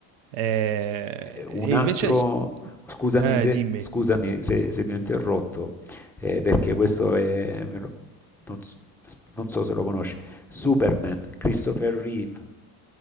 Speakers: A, on the right; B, in the centre.
A: Eh,
B: Eh, Un
A: e
B: altro,
A: invece... sp-
B: scusami
A: Eh,
B: se,
A: dimmi.
B: scusami se, se ti ho interrotto, eh, perché questo è, me lo- non, s- non so se lo conosci, Superman, Christopher Reeve,